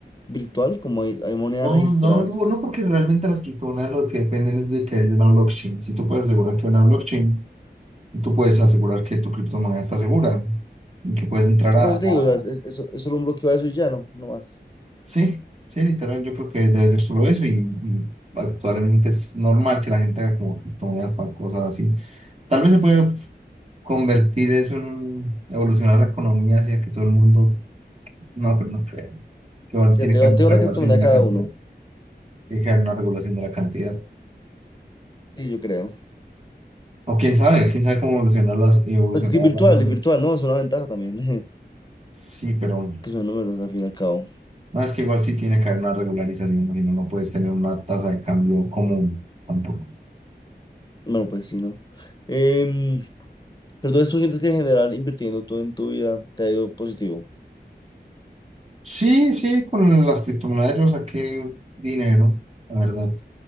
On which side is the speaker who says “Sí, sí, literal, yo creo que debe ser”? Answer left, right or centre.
Right